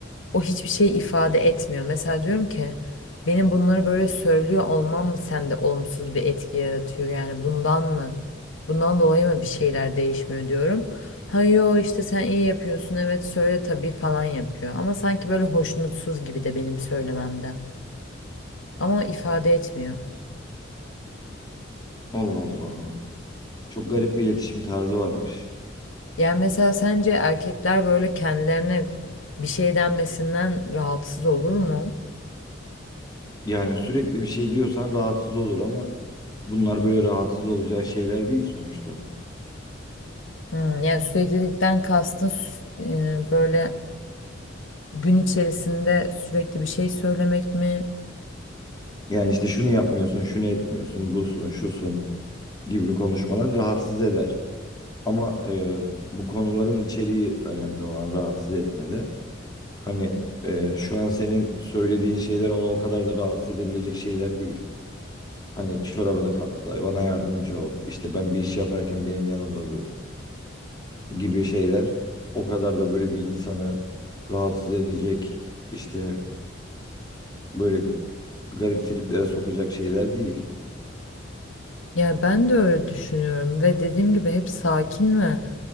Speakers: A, on the left (about 85°); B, on the left (about 20°).
A: o hiçbir şey ifade etmiyor. Mesela diyorum ki benim bunları böyle söylüyor olmam mı sende olumsuz bir etki yaratıyor? Yani bundan mı? Bundan dolayı mı bir şeyler değişmiyor diyorum. Ha yo işte sen iyi yapıyorsun evet söyle tabii falan yapıyor. Ama sanki böyle hoşnutsuz gibi de benim söylememden. Ama ifade etmiyor.
B: Allah Allah. Çok garip bir iletişim tarzı varmış.
A: Yani mesela sence erkekler böyle kendilerine bir şey denmesinden rahatsız olur mu?
B: Yani sürekli bir şey diyorsan rahatsız olur ama bunlar böyle rahatsız olacağı şeyler değil sonuçta.
A: Hmm, yani süreklilikten kastın sü- e, böyle gün içerisinde sürekli bir şey söylemek mi?
B: Yani işte şunu yapmıyorsun, şunu etmiyorsun, busun, şusun gibi konuşmalar rahatsız eder. Ama e, bu konuların içeriği önemli olan rahatsız etmede. Hani e, şu an senin söylediğin şeyler onu o kadar da rahatsız edebilecek şeyler değil. Hani çorabını katla, bana yardımcı ol, işte ben bir iş yaparken benim yanımda dur. gibi şeyler o kadar da böyle bir insanı rahatsız edecek işte böyle garip triplere sokacak şeyler değil.
A: Ya ben de öyle düşünüyorum ve dediğim gibi hep sakin ve